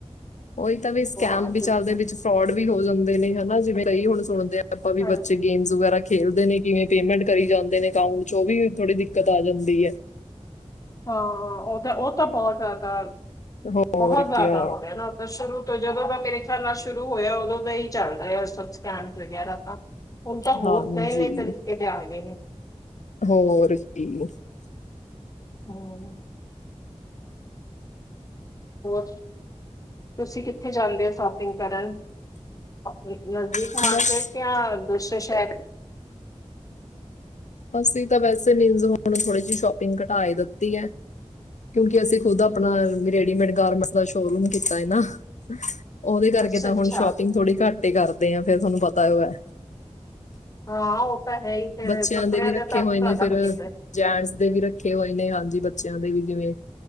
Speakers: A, on the left; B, on the left.
A: ਉਹੀ ਤਾਂ ਵੀ, ਸਕੈਮ
B: ਹਾਂ ਬਿਲਕੁਲ
A: ਵੀ ਚੱਲਦੇ, ਵਿੱਚ ਫਰੋਡ ਵੀ ਹੋ ਜਾਂਦੇ ਨੇ। ਹਨਾ, ਜਿਵੇਂ ਕਈ ਹੁਣ ਸੁਣਦੇ ਆ। ਆਪਾਂ ਵੀ,
B: ਹਾਂਜੀ
A: ਬੱਚੇ ਗੇਮਸ ਵਗੈਰਾ। ਖੇਲਦੇ ਨੇ ਕਿਵੇਂ, ਪੇਮੈਂਟ ਕਰੀ ਜਾਂਦੇ ਨੇ, ਅਕਾਊਂਟ ਚੋ, ਉਹ ਵੀ, ਥੋੜੀ ਦਿੱਕਤ ਆ ਜਾਂਦੀ ਹੈ।
B: ਹਾਂਾਂ ਉਹ ਤਾਂ, ਉਹ ਤਾਂ ਬਹੁਤ ਜ਼ਿਆਦਾ
A: ਹੋਰ
B: ਬਹੁਤ ਜ਼ਿਆਦਾ
A: ਕਿਆ
B: ਹੋ ਰਿਹਾ ਨਾ। ਤਾਂ ਸ਼ੁਰੂ ਤੋਂ, ਜਦੋਂ ਤਾਂ ਮੇਰੇ ਖਿਆਲ, ਨਾਲ ਸ਼ੁਰੂ ਹੋਇਆ। ਉਦੋਂ ਤਾਂ ਹੀ, ਚੱਲ ਰਿਹਾ ਆ। ਸਕੈਮ ਵਗੈਰਾ ਤਾਂ। ਉਣ ਤਾਂ, ਹੋਰ
A: ਹਾਂਜੀ
B: ਨਹੀਂ, ਨਈ ਤਰੀਕੇ ਦੇ ਆ ਗਏ ਨੇ।
A: ਹੋਰ ਕੀ।
B: ਹੂੰ। ਹੋਰ, ਤੁਸੀਂ ਕਿੱਥੇ ਜਾਂਦੇ ਹੋ ਸ਼ੋਪਿੰਗ ਕਰਨ ਨਜ਼ਦੀਕ?
A: ਬਸ
B: ਮਾਰਕੇਟ, ਜਾਂ ਦੂਸਰੇ ਸ਼ਹਿਰ?
A: ਅਸੀਂ ਤਾਂ ਵੈਸੇ, ਮੀਨਜ਼ ਹੁਣ ਥੋੜੀ ਜਿ ਸ਼ੋਪਿੰਗ ਘਟਾ ਦਿੱਤੀ ਹੈ। ਕਿਉਂਕਿ ਅਸੀਂ ਖੁਦ ਆਪਣਾ
B: ਹਮ
A: ਰੇਡੀਮੇਡ ਗਾਰਮੈਂਟ ਦਾ ਸ਼ੋਰੂਮ ਕੀਤਾ ਹੈ ਨਾ। ਉਹਦੇ ਕਰਕੇ
B: ਅੱਛਾ
A: ਤਾਂ
B: ਅੱਛਾ
A: ਹੁਣ ਸ਼ੋਪਿੰਗ ਥੋੜੀ ਘੱਟ ਹੀ ਕਰਦੇ ਆ, ਫੇਰ ਤੁਹਾਨੂੰ ਪਤਾ ਉਹ ਹੈ।
B: ਹਾਂ ਉਹ ਤਾਂ ਹੈ ਹੀ। ਫੇਰ
A: ਬੱਚਿਆਂ
B: ਕੱਪੜਿਆਂ
A: ਦੇ ਵੀ ਰੱਖੇ
B: ਦਾ ਤਾਂ
A: ਹੋਏ
B: ਤੁਹਾਡਾ
A: ਨੇ ਫਿਰ
B: ਹੋ ਜਾਂਦਾ
A: ਜੈਂਟਸ ਦੇ ਵੀ ਰੱਖੇ ਹੋਏ ਨੇ। ਹਾਂਜੀ, ਬੱਚਿਆਂ ਦੇ ਵੀ ਜਿਵੇਂ,